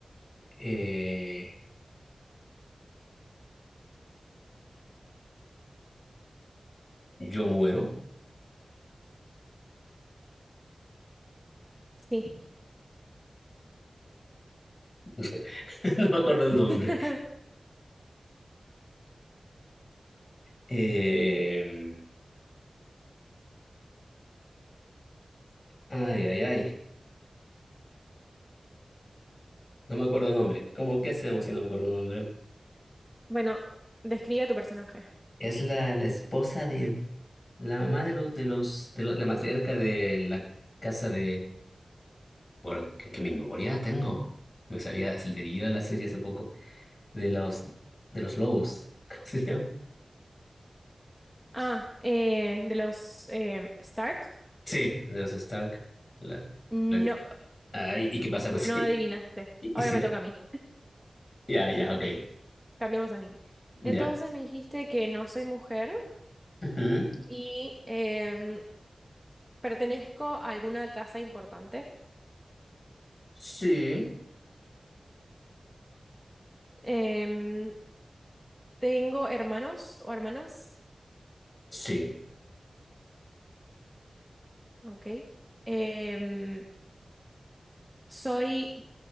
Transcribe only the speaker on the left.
eh, yo muero.
<laughs> No me acuerdo el
nombre. Eh, ay, ay, ay. No me acuerdo el nombre. ¿Cómo qué hacemos si no me acuerdo el nombre?
Es la, la esposa de la mamá de los de los de lo- la matriarca de la casa de por qué, qué memoria tengo. Me sabía, se le dio a la serie hace poco de los de los lobos. <laughs> ¿Cómo se llama?
Sí, de los Stark. La,
la- ah, ¿y y qué pasa pues sí?
Y,
y sí,
Ya, ya, ok.
Ya.
Ujú.
Sí,
sí.